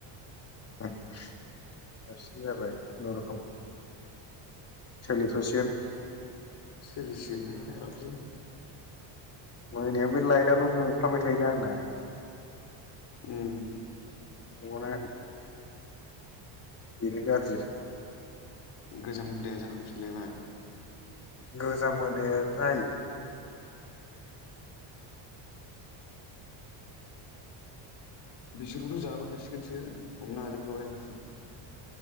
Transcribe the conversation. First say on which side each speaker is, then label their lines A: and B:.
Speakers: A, on the left; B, on the left.
A: साबसिन जाबाय खुनुरुखुम। सोलि थसिगोन।
B: सोलिसिगोन ना आरामसे।
A: मोनायाव बे लाइटाल' मोफ्रामबाय थायोना आंना।
B: उम।
A: मेगना बिनो गाज्रि।
B: गोजाम हुदाया जाखांफिनलायबाय।
A: गोजामोदाया जायो।
B: बिसोरबोथ जाबोखासिगोनसो। हमना हाजोब खाबाय आं।